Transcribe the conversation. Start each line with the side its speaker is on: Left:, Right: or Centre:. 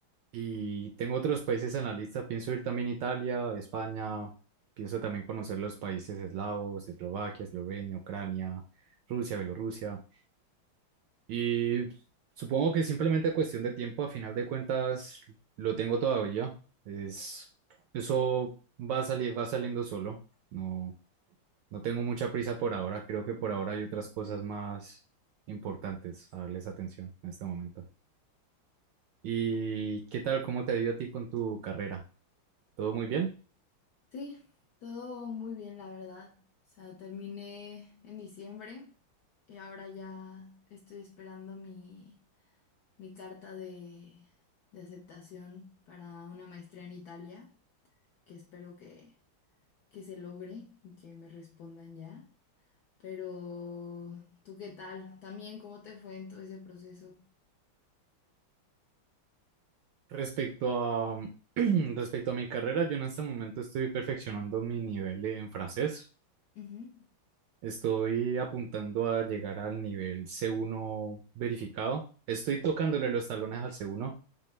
Right: y tengo otros países en la lista. Pienso ir también a Italia, España. Pienso también conocer los países eslavos, Eslovaquia, Eslovenia, Ucrania, Rusia, Bielorrusia. Y supongo que simplemente cuestión de tiempo, a final de cuentas, lo tengo todavía. Es, eso va a salir, va saliendo solo. No, no tengo mucha prisa por ahora. Creo que por ahora hay otras cosas más importantes a darles atención en este momento. ¿Y qué tal? ¿Cómo te ha ido a ti con tu carrera? ¿Todo muy bien?
Left: Sí, todo muy bien, la verdad. O sea, terminé en diciembre y ahora ya estoy esperando mi, mi carta de, de aceptación para una maestría en Italia, que espero que, que se logre y que me respondan ya. Pero, ¿tú qué tal? También, ¿cómo te fue en todo ese proceso?
Right: Respecto a, <clears throat> respecto a mi carrera, yo en este momento estoy perfeccionando mi nivel en francés.
Left: Ujú,
Right: Estoy apuntando a llegar al nivel C1 verificado. Estoy tocándole los talones al C1,